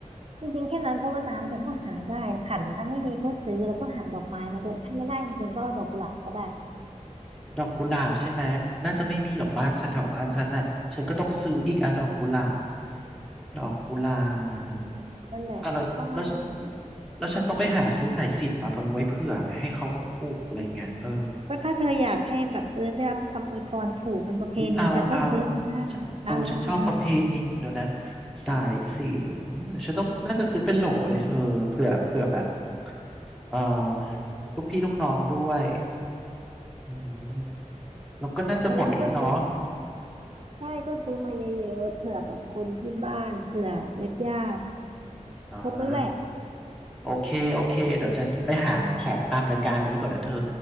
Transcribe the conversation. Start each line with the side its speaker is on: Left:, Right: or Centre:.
Right: จริงๆแค่นั้นเพราะว่าน้ำเธอก็หาได้ขันถ้าไม่มีก็ซื้อแล้วก็หาดอกไม้มาด้วยถ้าไม่ได้จริงๆก็เอาดอกกุหลาบก็ได้
Centre: ดอกกุหลาบใช่ไหมน่าจะไม่มีหรอกบ้านฉันแถวบ้านฉันน่ะฉันก็ต้องซื้ออีกอ่ะดอกกุหลาบ
Right: อ่า
Centre: ดอกกุหลาบ
Right: นั่นแหละก็ประมาณนั้น
Centre: เอาวแล้วแล้วแล้วฉันต้องไปหาซื้อสายสิญจน์มาไว้เผื่อไหมให้เขาปลูกๆอะไรเงี้ยเออ
Right: ก็ถ้าเธออยากให้แบบเออได้รับคำอวยพรผูกเป็นประเพณีเธอก็ซื้อมาได้
Centre: อุ๊ยเอาเอาฉันเออฉันชอบประเพณีแล้วนะ
Right: เอาเอามา
Centre: สายสินฉันต้องน่าจะซื้อเป็นโหลเลยเธอเผื่อเผื่อแบบเออลูกพี่ลูกน้องด้วยอืมแล้วก็น่าจะหมดแล้วเนาะ
Right: เออเธอก็ซื้อใช่ก็ซื้อมาเยอะๆเผื่อแบบคนที่บ้านเผื่อญาติๆครบแล้วแหละ
Centre: อ่า โอเค โอเค เดี๋ยวฉันไปหาของตามรายการนี้ก่อนนะเธอ